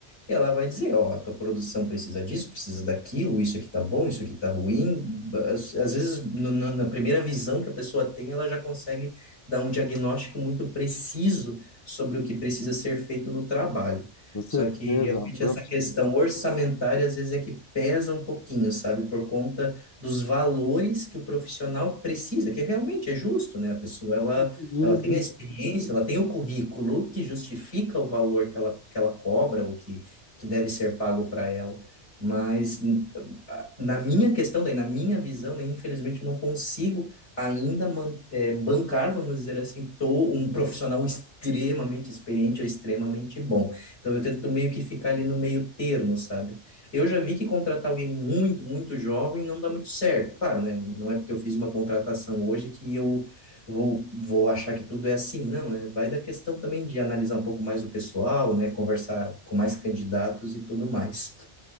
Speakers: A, on the left (about 80°); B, on the left (about 30°).
A: e ela vai dizer, ó, a tua produção precisa disso, precisa daquilo, isso aqui tá bom, isso aqui tá ruim. Às, às vezes, no- no- na primeira visão que a pessoa tem, ela já consegue dar um diagnóstico muito preciso sobre o que precisa ser feito no trabalho.
B: Com certeza.
A: Só que realmente
B: Porque,
A: essa questão orçamentária às vezes é que pesa um pouquinho, sabe? Por conta dos valores que o profissional precisa, que realmente é justo, né? A pessoa, ela,
B: Às vezes
A: ela tem a experiência, ela tem o currículo que justifica o valor que ela, que ela cobra, o que, que deve ser pago para ela. Mas n- a- na minha questão, daí, na minha visão, né, infelizmente, eu não consigo ainda man- eh, bancar, vamos dizer assim, tô um profissional extremamente experiente ou extremamente bom. Então eu tento meio que ficar ali no meio termo, sabe? Eu já vi que contratar alguém muito, muito jovem não dá muito certo. Claro, né? Não é porque eu fiz uma contratação hoje que eu vou, vou achar que tudo é assim. Não, né? Vai da questão também de analisar um pouco mais o pessoal, né? Conversar com mais candidatos e tudo mais.